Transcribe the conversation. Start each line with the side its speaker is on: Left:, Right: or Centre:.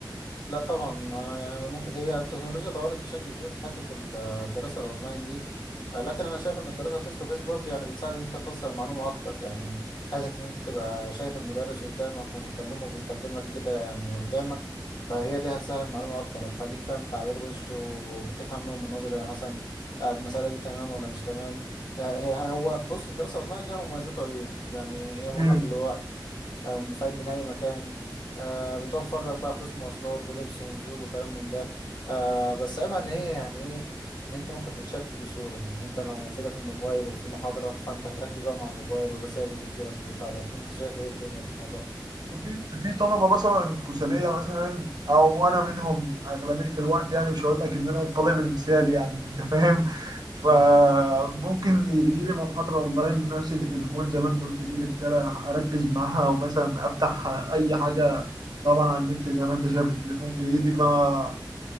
Left: لا طبعا انا يعني ممكن هي التكنولوجيا طورت بشكل كبير في حته ال- الدراسه الاونلاين دي آه، لكن انا شايف ان الدراسه فيس تو فيس برضه يعني بتساعد ان انت توصل المعلومه اكتر يعني حته ان انت تبقى شايف المدرس قدامك وبتكلمه وبيكلمك كده يعني قدامك فهي دي هتسهل المعلومه اكتر هتخليك فاهم تعبير وشه وبتفهم نوع من نظره يعني مثلا آه، المساله دي تمام ولا مش تمام آه، هي هو بص الدراسه الاونلاين لها مميزات وعيوب يعني هي مرونه
Right: مم.
Left: في الوقت آه، فايد من اي مكان آه بتوفر لك بقى فلوس مواصلات ولبس ونزول وكلام من ده آه بس عيبها ان هي يعني ايه ان انت ممكن تتشتت بصورة يعني انت لو في ايدك الموبايل وفي محاضرة فانت هتركز بقى مع الموبايل والرسائل اللي بتجيلك والبتاع ده انت شايف ايه الدنيا في الموضوع ده؟
Right: وفي في طلبه مثلا كسليه مثلا او انا منهم اغلبيه الوقت يعني مش هقول لك ان انا الطالب المثالي يعني <laughs> انت فاهم فممكن
Left: مم،
Right: يجي لي محاضره اونلاين امسك التليفون زي ما انت قلت يجي لي رساله اركز معاها او مثلا افتح اي حاجه طبعا على النت زي ما انت شايف التليفون في ايدي فمش